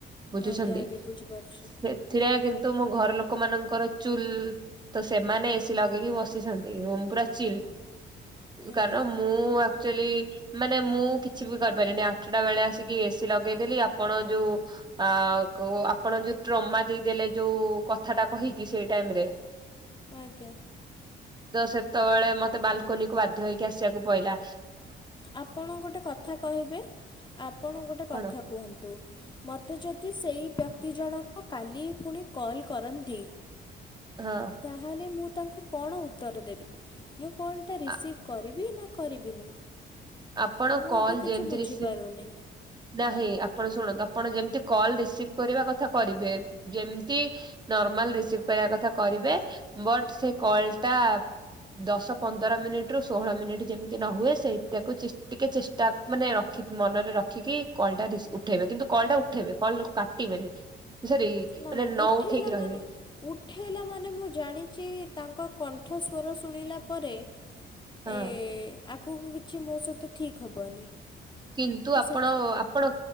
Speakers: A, on the right; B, on the left.
A: ବୁଝୁଚନ୍ତି
B: ଆଜ୍ଞା ଆଜ୍ଞା ବୁଝିପାରୁଛି
A: ସେଥିରେ କିନ୍ ତୁ ମୋ ଘର ଲୋକ ମାନଙ୍କର ଚୁଲ ତ ସେମାନେ ସି ଲଗେଇକି ବସିଛନ୍ତି ଏବଂ ପୁର ଚ
B: ଆଜ୍ଞା
A: କାରଣ ମୁଁ ଆକ୍ଚୁଅଲି ମାନେ ମୁଁ କିଛି ବି କରିପାରିଲିନି ଆଠଟା ବେଳେ ଆସିକି ଏସି ଲଗେଇଦେଲି ଆପଣ ଯୋଉ ଅ କ ଆପଣ ଯୋଉ ଟ୍ରମା ଦେଇଦେଲେ ଯୋଉ କଥାଟା କହିକି ସେଇ ଟାଇମରେ
B: ଆଜ୍ଞା।
A: ତ ସେତେବେଳେ ମତେ ବାଲକୋନିକୁ ବାଧ୍ୟ ହେଇକି ଆସିବାକୁ ପଡିଲା।
B: ଆପଣ ଗୋଟେ କଥା କହିବେ ଆପଣ ଗୋଟେ କଥା
A: କଣ
B: କୁହନ୍ତୁ। ମତେ ଯଦି ସେଇ ବ୍ୟକ୍ ଜଣକ କାଲି ପୁଣି କଲ୍ କରନ୍ତି
A: ହଁ ଆ
B: ତାହେଲେ ମୁଁ ତାଙ୍କୁ କଣ ଉତ୍ତର ଦେବି ମୁଁ କଲ୍ଟା ରିସିଭ୍
A: ଆ
B: କରିବି ନା କରିବିନି?
A: ଆପଣ
B: ମୁଁ
A: କଲ
B: ଏବେ କିଛି
A: ଯେମିତି
B: ବୁଝିପାରୁନି।
A: ରିସିଭ୍ ନାହିଁ ଆପଣ ଶୁଣ ଆପଣ ଯେମତି କଲ ରିସିଭ କରିବା କଥା କରିବେ ଯେମତି ନର୍ମାଲ ରିସିଭ କରିବା କଥା କଥା କରିବେ ବଟ୍ ସେ କଲ ଟା ଦଶ ପନ୍ଦର ମିନିଟ ରୁ ଷୋହଳ ମିନିଟ ଯେମିତି ନ ହୁଏ ସେଇ ତାକୁ ଟିକେ ଚେଷ୍ଟା ମାନେ ରଖି ମନରେ ରଖିକି କଳଟା ଉଠେଇବେ କିନ୍ତୁ କଳଟା ଉଠେଇବେ କ କାଟିବେନି ସରି
B: ନା,
A: ମାନେ ନ
B: ଉଠେଇଲା
A: ଉଠେଇକି ରହିବେନି
B: ମାନେ ଉଠେଇଲା ମାନେ ମୁଁ ଜାଣିଚି ତାଙ୍କ ପାଠ ସ୍୍ୱର ଶୁଣିଲା ପରେ।
A: ହଁ।
B: ଏ ଆଗକୁ କିଛି ମୋ ସହିତ ଠିକ୍ ହବନି।
A: କିନ୍ତୁ
B: ତ
A: ଆପଣ
B: ସେଥି
A: ଆପଣ